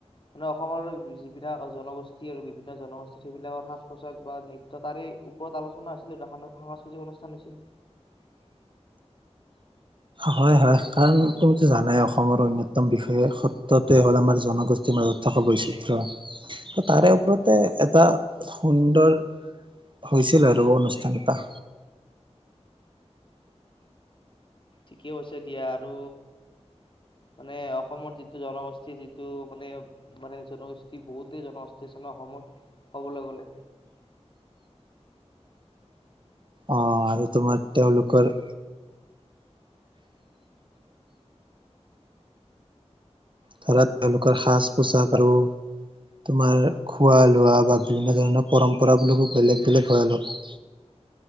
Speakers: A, on the left (about 45°); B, on the right (about 45°).
A: মানে অসমৰ যিবিলাক জনগোষ্ঠী আৰু বিভিন্ন জনগোষ্ঠী সেইবিলাকৰ সাজ পোছাক বা নৃত্য তাৰে ওপৰত আলোচনা হৈছিল আৰু সাংস্কৃতিক অনুষ্ঠান হৈছিল
B: হয় হয় কাৰণ তুমিতো জানাই অসমৰ অন্যতম বিষয়ে সত্যটে হ'ল আমাৰ জনগোষ্ঠীৰ মাজত থকা বৈচিত্ৰ্য। তাৰে ওপৰতে এটা সুন্দৰ হৈছিল আৰু অনুষ্ঠান এটা।
A: ঠিকেই কৈছা দিয়া আৰু মানে অসমত যিটো জনগোষ্ঠী যিটো মানে মানে জনগোষ্ঠী বহুতেই জনগোষ্ঠী আছে নহ অসমত ক'বলৈ গ'লে
B: অহ আৰু তোমাৰ তেওঁলোকৰ ধৰা তেওঁলোকৰ সাজ -পোচাক আৰু তোমাৰ খোৱা লোৱা বা বিভিন্ন ধৰণৰ পৰম্পৰা বোৰ বেলেগ বেলেগ হয় অলপ